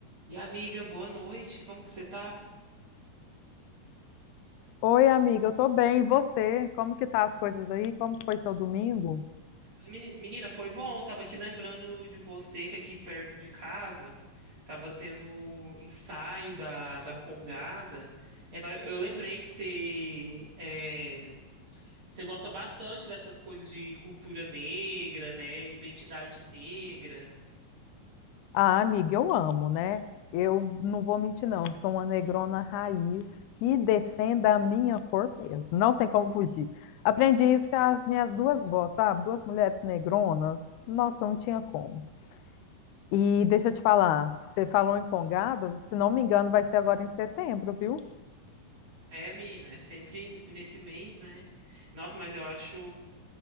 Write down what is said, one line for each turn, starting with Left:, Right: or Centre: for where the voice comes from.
Right: E amiga, boa noite. Como que você tá?
Left: Oi, amiga, eu tô bem. E você? Como que tá as coisas aí? Como foi seu domingo?
Right: Meni- Menina, foi bom. Eu tava aqui lembrando de você que aqui perto de casa tava tendo o ensaio da, da Congada. É, vai- eu lembrei que você, é, você gosta bastante dessas coisas de cultura negra, né? Identidade negra.
Left: Ah, amiga, eu amo, né? Eu não vou mentir, não. eu Sou uma negrona raiz que defenda a minha cor mesmo. Não tem como fugir. Aprendi isso com as minhas duas vós, sabe? Duas mulheres negronas. Nossa, não tinha como. E deixa eu te falar, você falou em congado, se não me engano, vai ser agora em setembro, viu?
Right: É, menina, é sempre nesse mês, né? Nossa, mas eu acho